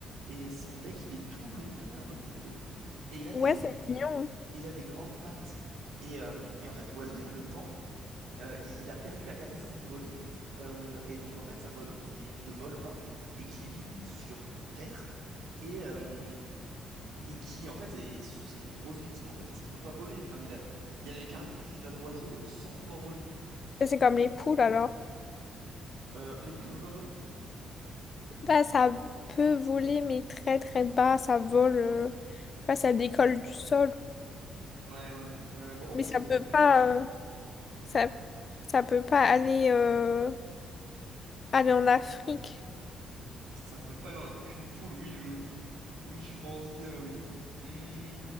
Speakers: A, on the right; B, on the left.
A: et son bec il est tout long comme ça, un peu courbé. Et il a
B: Ouais,
A: des,
B: c'est mignon.
A: il a des grandes pattes. Et, euh, et en fait, l'oiseau, avec le temps, euh, il, il a perdu la capacité de voler. Euh, et donc, en fait, c'est un oiseau qui ne vole pas et qui vit sur Terre et, euh, et qui, en fait, est, est- c'est une grosse victime, en fait, parce qu'il peut pas voler. Enfin, il a, il a les caractéristiques d'un oiseau sans pouvoir voler.
B: Et C'est
A: Donc,
B: comme
A: euh,
B: les poules alors.
A: euh, les boules, elles peuvent pas voler?
B: Bah, ça peut voler, mais très très bas. Ça vole. euh, Tu vois, ça décolle du sol.
A: Ouais, ouais, ouais, ouais, ouais, bon, au
B: Mais
A: moins,
B: ça
A: ça peut
B: peut
A: faire quelque
B: pas,
A: chose, quoi.
B: euh, ça, ça peut pas aller, euh, aller en Afrique.
A: Ça peut pas aller en Afrique une poule, oui, je, Oui, je pense bien, oui. Hmm,